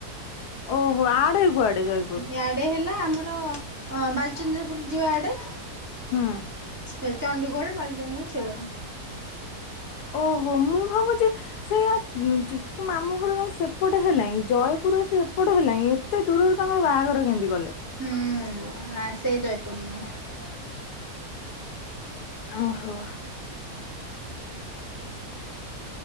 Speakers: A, on the left (about 85°); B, on the right (about 15°).
A: ଓହୋ ଆଡେ କୁଆଡେ ଜୟପୁର?
B: ଇଆଡେ ହେଲା ଆମର ବାଲିଚନ୍ଦ୍ରପୁର ଯିବ ଆଡେ।
A: ହୁଁ।
B: ସେ ଚଣ୍ଡୀଖୋଲ ବାଲିଚନ୍ଦ୍ରପୁର ସେ <unintelligible>
A: ଓହୋ ମୁଁ ଭାବୁଚି ଉଁ ସେୟା ଚିକୁ ମାମୁଁ ଘର ଯାଇ ସେପଟେ ହେଲାଣି ଜୟପୁର ଆସି ଏପଟେ ହେଲାଣିଁ ଏତେ ଦୂରରୁ ତାଙ୍କର ବାହାଘର କେମିତି କଲେ।
B: ହୁଁ ନା ସେଇ ଜୟପୁର ନୁହେଁ।
A: ଓହୋ।